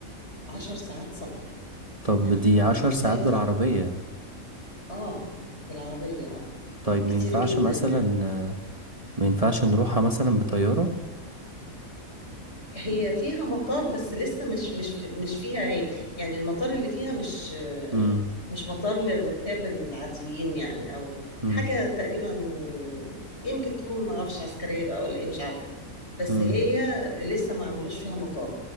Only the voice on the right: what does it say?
طب
دي عشر
ساعات بالعربية
طيب
ما ينفعش
مثلا
ما ينفعش نروحها مثلا بطيارة
مم.
مم.
مم.